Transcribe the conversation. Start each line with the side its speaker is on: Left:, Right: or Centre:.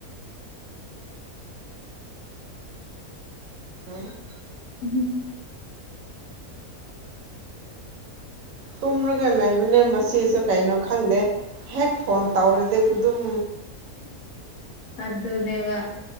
Right: <inaudible>
Left: ꯎꯝ <inaudible>
Right: ꯇꯨꯝꯔꯒ ꯂꯩꯕꯅꯦ ꯃꯁꯤꯁꯨ ꯀꯩꯅꯣ ꯈꯪꯗꯦ ꯍꯦꯛ ꯐꯣꯟ ꯇꯧꯔꯗꯤ ꯗꯨꯝ
Left: ꯑꯗꯨꯅꯦꯕ